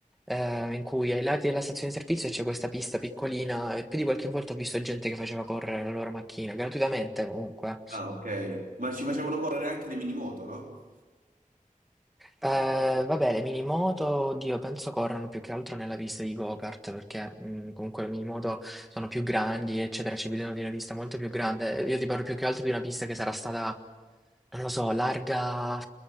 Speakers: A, in the centre; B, on the right.
A: eh, in cui ai lati della stazione di servizio c'è questa pista piccolina e più di qualche volta ho visto gente che faceva correre la loro macchina, gratuitamente comunque.
B: Ah, ok. Ma ci facevano correre anche le mini moto, no?
A: Eh, vabbè, le minimoto, oddio, penso corrono più che altro nella pista di go-kart, perché mh, comunque le minimoto sono più grandi, eccetera, ci bisogna di una pista molto più grande. Io ti parlo più che altro di una pista che sarà stata, non lo so, larga,